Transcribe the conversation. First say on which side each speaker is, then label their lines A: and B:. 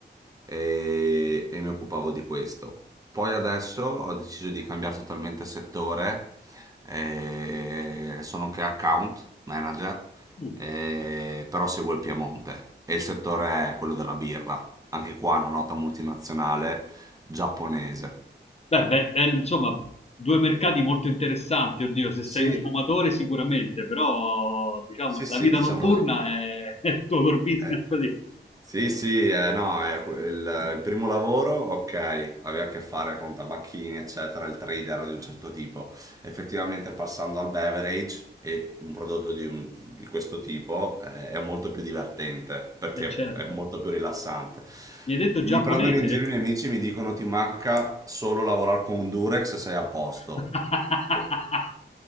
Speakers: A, on the right; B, on the left.
A: e, e mi occupavo di questo. Poi adesso ho deciso di cambiare totalmente settore, eh, sono anche account manager,
B: Mm.
A: eh, però seguo il Piemonte e il settore è quello della birra, anche qua una nota multinazionale giapponese.
B: Beh, beh, eh, insomma, due mercati molto interessanti, oddio, se sei
A: Sì,
B: un fumatore sicuramente, però diciamo
A: sì,
B: la
A: sì,
B: vita
A: diciamo.
B: notturna è, <laughs> è il tuo core business.
A: eh,
B: praticamente.
A: Sì, sì, eh, no, eh, que- il, il primo lavoro, ok, aveva a che fare con tabacchini, eccetera, il trader di un certo tipo. effettivamente passando al beverage e un prodotto di, un- di questo tipo eh, è molto più divertente perché
B: Eh, certo.
A: è molto più rilassante.
B: Mi hai detto
A: Mi
B: giapponese?
A: prendono in giro i miei amici e mi dicono ti manca solo lavorare con un Durex e sei a posto.
B: <laughs>
A: Per-